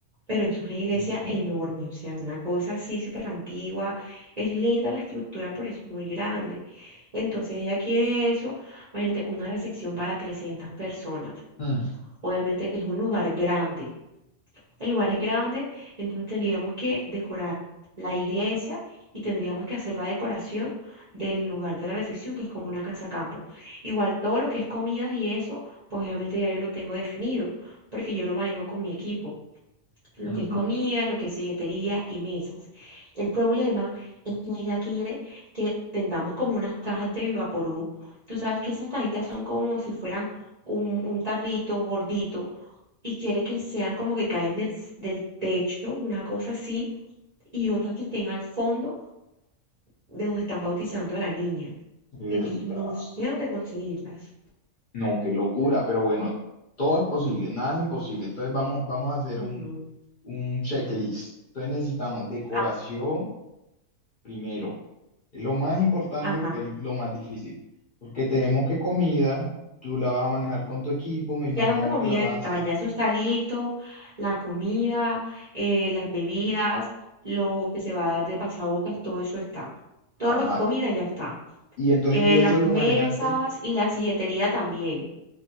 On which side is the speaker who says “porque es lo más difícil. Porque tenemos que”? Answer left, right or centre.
Left